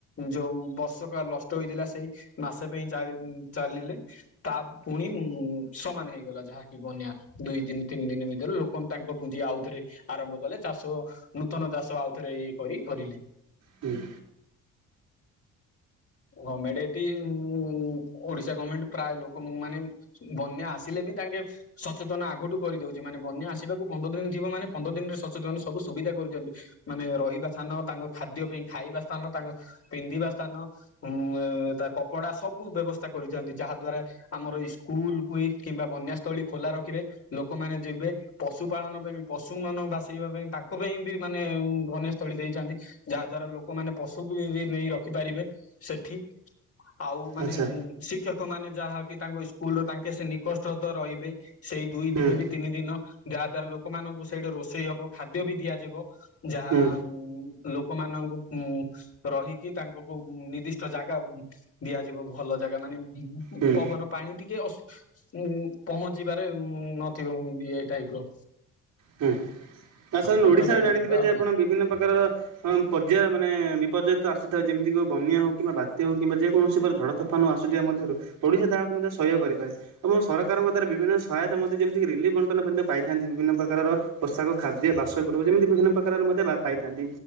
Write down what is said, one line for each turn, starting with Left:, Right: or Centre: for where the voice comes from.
Left: ଯୋଉ ବର୍ଷକ ଲଷ୍ଟ ହୋଇଥିଲା ସେଇ ମାସେ ଇଁ ଚାଳ ଚାଲିଲେ ତା ପୁଣି ଉଁ ସମାନ ହେଇଗଲା ଯାହାକି ବନ୍ୟା ଦୁଇ ଦିନ୍ ତିନି ଦିନ୍ ଭିତରେ ଲୋକ ତାଙ୍କ ପୁଞ୍ଜି ଆଉ ଥରେ ଆରମ୍ଭ କଲେ ଚାଷ ନୂତନ ଚାଷ ଆଉ ଥରେ ଏ ଇଏ କରି ହରିଲେ।
Right: ହୁଁ
Left: ଗମେଟ୍ ଏଠି ଉଁ ଓଡ଼ିଶା ଗମେଣ୍ଟ୍ ପ୍ରାୟ ଲୋକ ମାନେ ବନ୍ୟା ଆସିଲେ ବି ତାଙ୍କେ ସଚେତନ ଆଗଠୁ କରିଦଉଚି ମାନେ ବନ୍ୟା ଆସିବାକୁ ପନ୍ଦର ଦିନ ଥିବ ମାନେ ପନ୍ଦର ଦିନରେ ସଚେତନ ସବୁ ସୁବି ଡେ କରୁଚନ୍ତି ମାନେ ରହିବା ସ୍ଥାନ ତାଙ୍କ ଖାଦ୍ୟ ପାଇଁ ଖାଇବା ସ୍ଥାନ ତାଙ୍କ ପିନ୍ଧିବା ସ୍ଥାନ ଉଁ ଏ ତା କପଡ଼ା ସବୁ ବ୍ୟବସ୍ଥା କରିଛନ୍ତି ଯାହା ଦ୍ଵାରା ଆମର ଏଇ ସ୍କୁଲ୍ କୁ ଏଇ କିମ୍ବା ବ ଅନ୍ୟା ସ୍ଥଳୀ ଖୋଲା ରଖିବେ ଲୋକମାନେ ଯିବେ ପଶୁ ପାାଳନ ପାଇଁ ବି ପଶୁ ମାନ ବାସିବା ପାଇଁ ତାଙ୍କ ପାଇଁ ଇଁ ବି ମାନେ ବନ୍ୟାସ୍ଥଳୀ ଦେଇଛନ୍ତି ଯାହା ଦ୍ଵାରା ଲୋକମାନେ ପଶୁକୁ ବି ନେଇ ରଖି ପାରିବେ। ସେଠି ଆଉ ମାନେ
Right: ଆଚ୍ଛା
Left: ଶିକ୍ଷ ହ ମାନେ ଯାହା କି ତାଙ୍କ ସ୍କୁଲ୍ ତାଙ୍କେ ସେ ନିକଷ୍ଠଟ ରହିବେ ସେଇ ଦୁଇ
Right: ହୁଁ
Left: ଦିନ କି ତିନି ଦିନ। ଯାହା ଦ୍ଵାରା ଲୋକମାନଙ୍କୁ ସେଇଠି ରୋଷେଇ ହବ ଖାଦ୍ୟ ବି ଦିଆଯିବ ଯାହା
Right: ହୁଁ
Left: ଉ ଲୋକମାନଙ୍କୁ ଉଁ ରହିକି ତାଙ୍କକୁ ନିର୍ଦ୍ଧି ତ ଜାଗା ଦିଆଯିବ ଭଲ ଜାଗା ମାନେ ଉଁ
Right: ହୁଁ
Left: ପବନ ପାଣି ଟିକେ ଅସ୍ ଉଁ ପହଞ୍ଚିିବାରେ ନଥିବ ଏଇ ଟାଇପ୍ ର।
Right: ହୁଁ। ଆ
Left: ଆପଣ
Right: ସାଉନ୍ ଓଡ଼ିଶା
Left: ତ
Right: ଜାଣିଥିବେ
Left: ଆଉ
Right: ଯେ ଆପଣ ବିଭିନ୍ନ ପକାରର ଅଁ ପର୍ଯ୍ୟାୟ ମାନେ ପର୍ଯ୍ୟନ୍ତ ଆସୁଥାଉ ଯେମିତି କୋଉ ବନ୍ୟା ହଉ କିମ୍ବା ବାତ୍ୟା ହଉ କିମ୍ବା ଯେକୌଣସି ପରା ଝଡ଼ ତୋଫାନ ଆସୁଥିବା ମଧ୍ୟରୁ ଓଡ଼ିଶା ତାହା ଉଁ ତା ସହ୍ୟ କରିପାରେ ଏବଂ ସରକାରଙ୍କ ଦ୍ଵାରା ବିଭିନ୍ନ ସହାୟତା ମଧ୍ୟ ଯେମିତି କି ରିଲିଫ୍ ବଣ୍ଟନ <unintelligible> ପାଇଥାନ୍ତି ବିଭିନ୍ନ ପ୍ରକାରର ଅ ପୋଷାକ ଖାଦ୍ୟ ବାସଗୃହ ଯେମିତି ବିଭିନ୍ନ ପ୍ରକାରର ମଧ୍ୟ ବା ପାଇଥାନ୍ତି